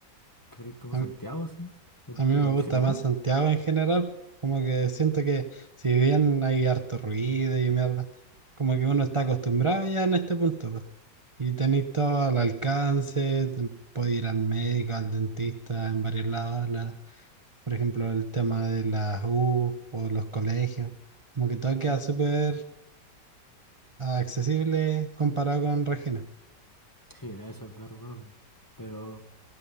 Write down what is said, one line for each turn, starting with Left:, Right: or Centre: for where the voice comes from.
Left: Pero es como
Right: A
Left: Santiago,
Right: mí,
Left: así. eh,
Right: a mí
Left: Pero
Right: me gusta
Left: en general,
Right: más Santiago en general. Como que siento que si bien hay harto ruido y mierda, como que uno está acostumbrado ya en este punto. po. Y tenéis todo al alcance, te- podéis ir al médico, al dentista, en varios lados. Por ejemplo, el tema de las U o los colegios. Como que todo queda
Left: mm,
Right: súper accesible comparado con Regina.
Left: sí, eso es verdad, pues. Pero